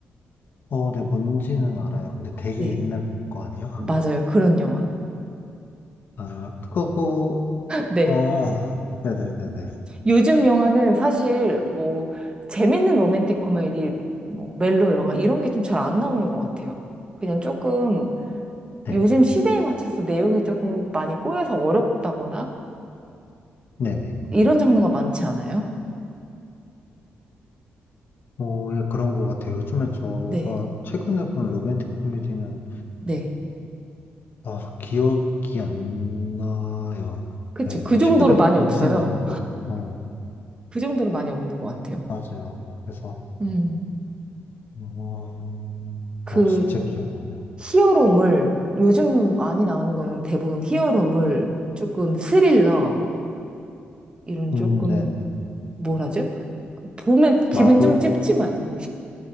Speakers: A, on the left; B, on the right.
A: 어, 네, 뭔지는 알아요. 근데 되게
B: 네.
A: 옛날 거 아니에요?
B: 맞아요. 그런 영화.
A: 아, 그거,
B: 네.
A: 어, 네네네네.
B: 요즘 영화는 사실 뭐 재밌는 로맨틱 코미디, 뭐 멜로 영화 이런 게 좀 잘 안 나오는 것 같아요. 그냥 조금
A: 네,
B: 요즘 시대에 맞춰서 내용이 조금 많이 꼬여서 어렵다거나
A: 네네.
B: 이런 장르가 많지 않아요?
A: 어, 예, 그런 거 같아요. 요즘에 제가
B: 네.
A: 최근에 본 로맨틱 코미디는
B: 네.
A: 아, 기억이 안 나요.
B: 그쵸.
A: 네,
B: 그 정도로
A: 최근에
B: 많이
A: 보진
B: 없어요.
A: 않은 것 같아요. 네,
B: 그 정도로 많이 없는 것 같아요.
A: 맞아요. 그래서,
B: 음.
A: 음,
B: 그
A: 어, 진짜 기억이 안 나요.
B: 히어로물, 요즘 많이 나오는 거는 대부분 히어로물, 조금 스릴러, 이런
A: 음,
B: 조금
A: 네네.
B: 뭐라죠? 보면 기분
A: 마블?
B: 좀 찝지만